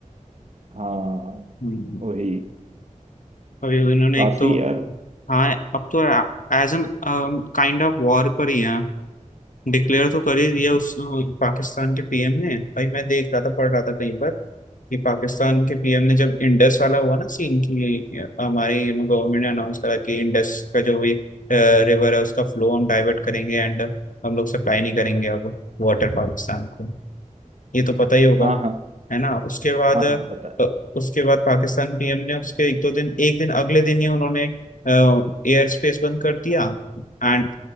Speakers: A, on the right (about 55°); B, on the left (about 80°).
A: हाँ
B: हम्म,
A: वही
B: अभी वो इन्होंने
A: काफी
B: एक तो
A: यार
B: हाँ अब तो as an kind of war पर ही है डिक्लेयर तो कर ही दिया उस पाकिस्तान के पीएम ने भाई मैं देख रहा था पढ़ रहा था कहीं पर कि पाकिस्तान के पीएम ने जब इंडस वाला हुआ ना सीन कि हमारे ये गवर्नमेंट ने अनाउंस करा कि इंडस का जो भी रिवर है उसका फ्लो हम डाइवर्ट करेंगे एंड हम लोग सप्लाई नहीं करेंगे अब वाटर पाकिस्तान को ये तो पता ही होगा
A: हाँ हाँ
B: है ना उसके बाद
A: हाँ हाँ पता है
B: अ, उसके बाद पाकिस्तान पीएम ने उसके एक दो दिन एक दिन अगले दिन ही उन्होंने एयर स्पेस बंद कर दिया एंड